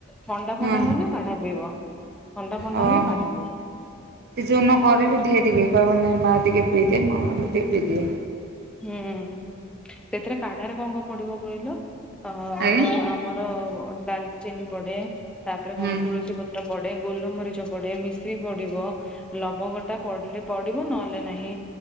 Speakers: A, in the centre; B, on the right.
A: ଥଣ୍ଡା ଫଣ୍ଡା
B: ହଁ
A: ହେଲେ କାଢା ପିଇବ । ଥଣ୍ଡା ଫଣ୍ଡା
B: ଓହୋ।
A: ହେଲେ, କାଢା ପିଇବ ।
B: ସେ ଯଉନ କରେ ବି ଦେ ଟିକେ, କହିବ ନେ ମା ଟିକେ ପିଇଦେ, ମୁଁ ହେଟୁ ଟିକେ ପିଇଦିଏ।
A: ହୁଁ, ସେଥିରେ କାଢାରେ କଣ କ ପଡିବ କହିଲ? ଅ
B: ଆଜ୍ଞା
A: ଆମର ଡାଲଚିନି ପଡେ, ତାପରେ
B: ହୁଁ
A: କଣ ତୁଳସୀ ପତ୍ର ପଡେ, ଗୋଲମରିଚ ପଡେ, ମିଶ୍ରି ପଡିବ, ଲବଙ୍ଗଟା ପଡିଲେ ପଡିବ ନହେଲେ ନାହିଁ